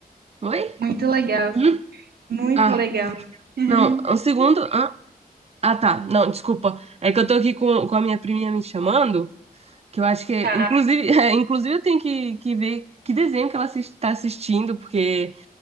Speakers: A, on the right; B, on the right.
A: Oi?
B: Muito legal,
A: Hum?
B: muito
A: Ah,
B: legal. <laughs>
A: não, um segundo. Ah, ah, tá, não, desculpa. É que eu tô aqui com, com a minha priminha me chamando. Que eu acho que, é-
B: Tá.
A: inclusive, <laughs> é, inclusive eu tenho que, que ver que desenho que ela está assistindo, porque